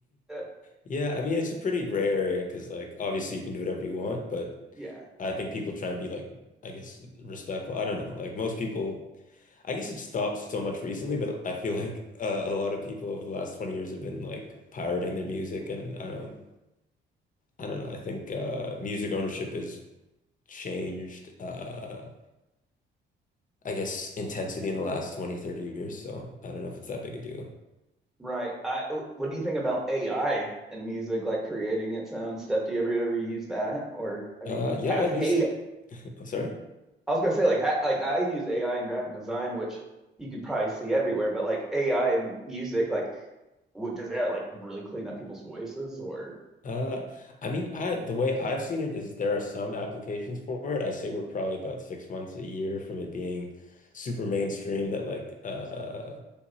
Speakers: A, in the centre; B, on the left.
A: Uh,
B: Yeah, I mean it's a pretty gray area because like obviously you can do whatever you want, but
A: yeah,
B: I think people try and be like I guess respectful. I don't know. Like most people I guess it stopped so much recently, but I feel like uh, a lot of people over the last 20 years have been like pirating their music and I don't I don't know. I think uh music ownership has changed uh I guess, intensity in the last 20 30 years. So I don't know if it's that big a deal.
A: right. I, what do you think about AI and music, like creating its own stuff? Do you ever ever use that, or have
B: Uh,
A: you
B: yeah,
A: has
B: I've used
A: AI?
B: it.
A: I
B: <laughs> Oh, sorry.
A: I was gonna say like ha, like I use AI in graphic design, which you could probably see everywhere, but like AI and music, like what, does that like really clean up people's voices or
B: Uh, I mean, I the way I've seen it is there are some applications for it. I say we're probably about six months, a year from it being super mainstream that like uh